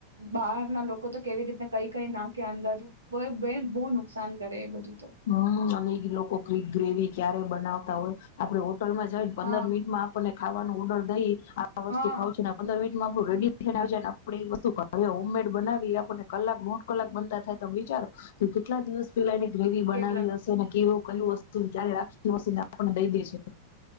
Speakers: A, on the right; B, on the left.
A: બહાર ના લોકો તો કેવી રીતના કઈ કઈ નાખે અંદર બ બે બહુ નુકસાન ઘે એ બધું. તો
B: હમ અને લોકો ક ગ્રેવી ક્યારે બનાવતા હોય આપડે. હોટલમાં જઈને પંદર
A: હા
B: મિનિટમાં આપણને ખાવાનું ઓર્ડર દઈ આ વસ્તુ
A: હા
B: ખાવ છે પંદર મિન આપું રેડી થઈને આવને આપડે એ વસ્ત હવે હોમમેડ બનાવી આપણને કલાક દોઢ કલાક બનતા થાય તમે વિચારો કે કેટલા દિવસ પેલા એને ગ્રેવી બનાવી
A: કેટલા
B: હશે ને કેવો કંઈ વસ્તુ ક્યાય રાખી વસે ને આપણને દઈ દેશ.